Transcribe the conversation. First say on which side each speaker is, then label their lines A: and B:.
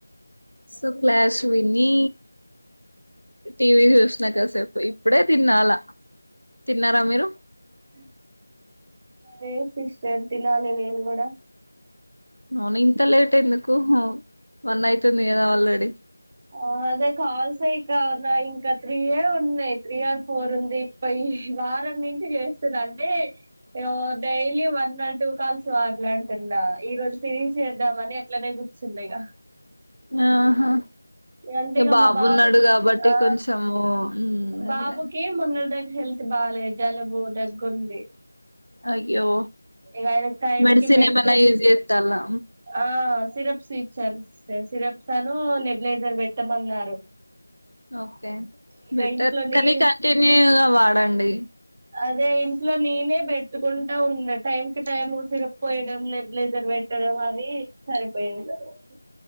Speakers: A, on the right; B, on the right.
A: సొ క్లాస్ విని టీవీ చూసినా కాసేపు ఇప్పుడే తిన్న అల తిన్నరా మీరు
B: అ లేదు సిస్టర్ తినాలే నేన్ కూడా
A: అవున ఇంత లేట్ ఎందుకు వన్ అయితుంది కదా ఆల్రెడీ
B: ఆ అదే కాల్స్ ఏ ఇంకా నాయింకా త్రీయే ఉన్నాయ్ త్రీ ఆర్ ఫోర్ ఉంది పయి వారం నుంచి చేస్తున్న అండీ ఇగ daily one or two calls మాట్లాడుతున్న ఈ రోజు ఫినిష్ చేద్దామని అట్లనే పిచ్చిందిగా
A: ఆహా
B: అంటే ఇగ
A: బాబున్నాడు
B: మా బాబుకి
A: కాబట్టి
B: ఆ
A: కొంచెము మ్మ్
B: బాబుకి
A: అదే
B: మొన్న నాక్ హెల్త్ బాలేదు జలుబు దగ్గుంది
A: అయ్యో
B: ఇగ ఐనకి టైంకి
A: మెడిసిన్
B: మెడిసన్
A: ఏమైనా యూజ్
B: ఇచ్చి
A: చేస్తాలా
B: ఆ సిరప్స్ నిచ్చారు సిరప్స్ అను నెగ్లెజర్ పెట్టమన్నారు
A: ఓకే
B: ఇగ
A: బెటర్
B: ఇంట్లో
A: కానీ
B: నేను
A: కంటిన్యూగా వాడండి
B: అదే ఇంట్ల నేనే పెట్టుకుంటా ఉన్నా టైం కి టైం సిరప్ పోయడం నెగ్లెజర్ వెట్ పెట్టడం అది సరిపోయింది ఆ రోజు